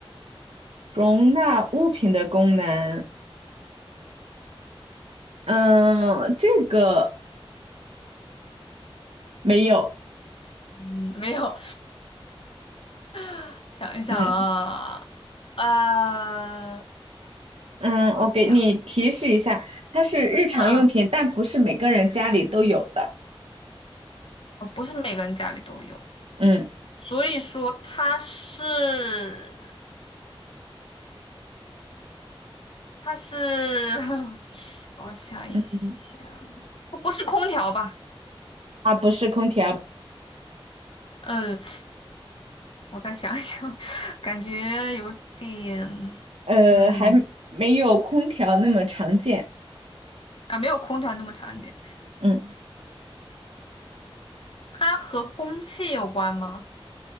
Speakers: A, on the right; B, on the left.
A: 容纳物品的功能，嗯，这个没有，
B: 嗯，没有。<laughs> 想一想啊，
A: 嗯
B: 呃，
A: 嗯，
B: 怎么讲？
A: 我给你提示一下，它是日常用品，
B: 嗯嗯，
A: 但不是每个人家里都有的，
B: 哦不是每个人家里都有，
A: 嗯，
B: 所以说它是它是，<laughs> 我想一想，
A: 嗯，
B: 不是空调吧？
A: 它不是空调，
B: 嗯。我再想一想，<laughs> 感觉有点，
A: 呃，
B: 嗯，
A: 还没有空调那么常见，
B: 啊，没有空调那么常见。
A: 嗯，
B: 它和空气有关吗？